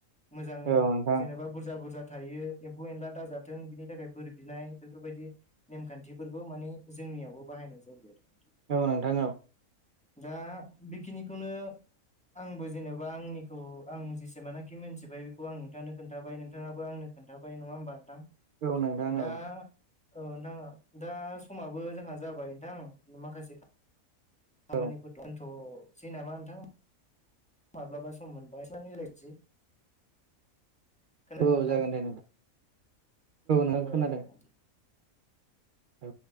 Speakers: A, in the centre; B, on the right.
A: मोजां
B: औ नोंथां
A: जेनेबा बुरजा बुरजा थायो एम्फौ एनला दाजाथों बिनि थाखाय बोरै बिनाय बेफोरबायदि नेमखान्थिफोरखौ माने जोंनियावबो बाहायनाय जायो आरो
B: औ नोंथां औ
A: दा बेखिनिखौनो आंबो जेन'बा आंनिखौ आं जेसेमानखि मिथिबाय बेखौ आं नोंथांनो खोनथाबाय नोंथाङाबो आंनो खोनथाबाय बै नङा होमबा नोंथां
B: औ नोंथां
A: दा
B: औ
A: औ नोंथाङा दा समाबो जोंहा जाबाय नोंथां माखासे खामानिफोर
B: औ
A: दं दोनथ'सै नामा नोंथां माब्लाबा सम मोनबा रायलायनोसै खोनादों
B: औ
A: ना नोंथां
B: जागोन दे नोंथां
A: औ
B: खोनादों
A: दे
B: औ